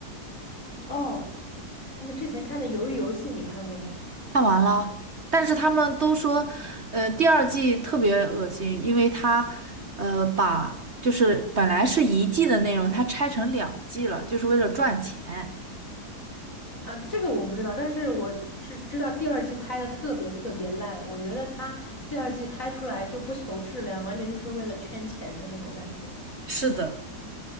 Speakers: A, on the left; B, on the right.
A: 哦。那之前看的《鱿鱼游戏》，你看过吗？
B: 看完了，但是他们都说，呃，第二季特别恶心，因为他，呃，把就是本来是一季的内容，它拆成两季了，就是为了赚钱。
A: 啊，这个我不知道，但是我知知道第二季拍的特别特别烂，我觉得它第二季拍出来就不求质量，完全就是为了圈钱的那种感觉。
B: 是的，